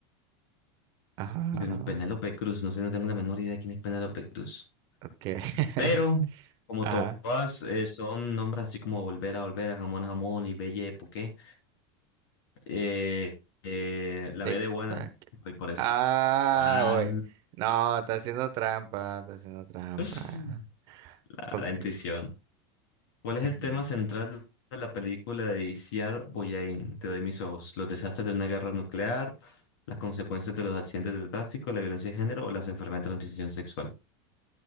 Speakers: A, on the right; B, on the left.
A: Ajá,
B: pues, de Penélope Cruz, no sé, no tengo la menor idea de quién es Penélope Cruz.
A: ok. <laughs>
B: Pero, como to-
A: Ajá,
B: todas eh, son nombres así como Volver a Volver, a Jamón a Jamón y Belle Époque, eh, eh, la
A: tic,
B: B de buena,
A: tac.
B: voy por eso.
A: Ah,
B: Ah.
A: oye. No, está haciendo trampa, está haciendo trampa.
B: <laughs> La,
A: Ok.
B: la intuición. ¿Cuál es el
A: Ujú.
B: tema central de la película de Iciar Boyain? Te doy mis ojos. Los desastres de una guerra nuclear, las consecuencias de los accidentes de tráfico, la violencia de género o las enfermedades de transmisión sexual.